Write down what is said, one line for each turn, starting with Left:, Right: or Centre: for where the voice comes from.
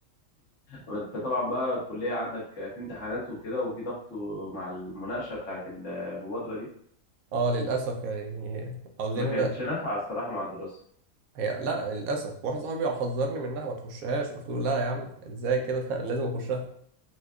Left: انت طبعا بقى الكلية عندك في امتحانات وكده وفي ضغط مع المناقشة بتاعت المبادرة دي
Right: اه للاسف يعني عاوزين
Left: ما كانتش نافعة الصراحة مع الدراسة
Right: هي لا للاسف واحد صاحبي حذرني منها ما تخشهاش قلت له لا يا عم ازاي كده <laughs> انا لازم اخشها